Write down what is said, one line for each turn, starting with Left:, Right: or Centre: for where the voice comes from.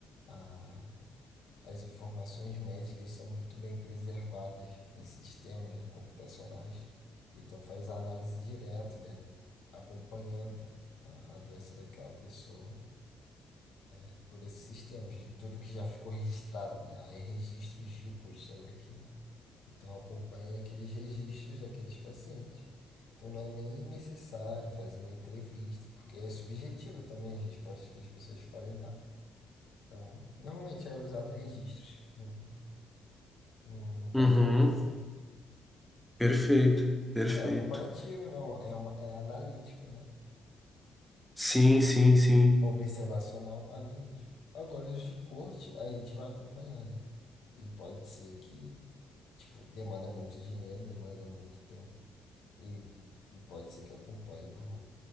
Left: a- as informações médicas são muito bem preservadas em sistemas, né, computacionais. Então faz a análise direta, né? Acompanhando a a doença daquela pessoa. É por esses sistemas, de tudo que já ficou registrado, né? Há registros ricos sobre aquilo. Então acompanha aqueles registros daqueles pacientes. Então não é nem necessário fazer uma entrevista, porque é subjetivo também as respostas que as pessoas podem dar. Então, normalmente é usado registros no, no, no
Centre: uhum,
Left: caso controle.
Centre: perfeito, perfeito.
Left: E é comparativo, não, é, uma, é analítico, né?
Centre: Sim, sim, sim.
Left: observacional analítico. Agora, os de corte, a gente vai acompanhando. E pode ser que, tipo, demanda muito dinheiro, demanda muito tempo. E pode ser que acompanhe por